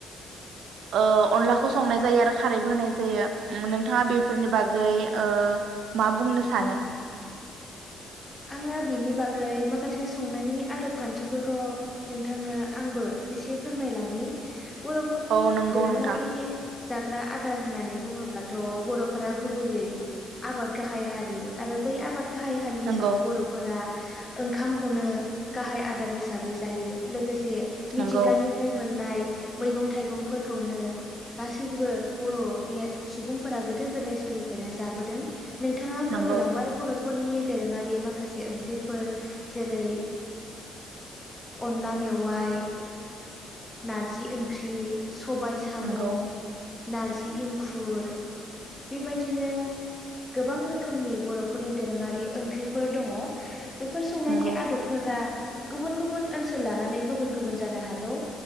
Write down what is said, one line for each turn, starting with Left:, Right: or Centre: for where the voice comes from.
Right: ओ अनलाखौ संनाय जायो आरो खारैबो होनाय जायो ओम। थाङा बेफोरनि बागै ओ मा बुंनो सानो?
Left: आङो बिनि बागै माखासे संनायनि आदब खान्थिफोरखौ नोंथांनो आंबो एसे फोरमायलांनि। बर'फोरनि
Right: औ नंगौ
Left: दोरोङारि
Right: नोंथां
Left: जाग्रा आदार होननानै बुङोब्ला अ बर'फोरा गुबैयै आबाद गाहाय हारि आरो बै आबाद गाहाय हा हिसाबै
Right: नंगौ
Left: बर'फोरा ओंखामखौनो गाहाय आदार हिसाबै जायो लोगोसे से
Right: नंगौ
Left: मिथिंगानिफ्राय मोननाय। मैगं थाइगंफोरखौनो गासैबो बर'नि सुबुंफोरा गोदो गोदाय समनिफ्रायनो जाबोदों। नोंथाङा फोरमायलांबाय
Right: नंगौ
Left: बरफ फोरनि दोरोङारि। बे माखासे ओंख्रिफोर जेरै अनला मेवाय नारजि ओंख्रि। सबाय साम'।
Right: नंगौ
Left: नार्जि इंखुर बेबायदिनो गोबां रोखोमनि बर'फोरनि दोरोङारि ओं ख्रिफोर दङ। बेफोर संनायनि
Right: नंगौ
Left: आदबफोरा। गुबुन गुबुन ओनसोल लानानै गुबुन गुबुन जानो हागौ।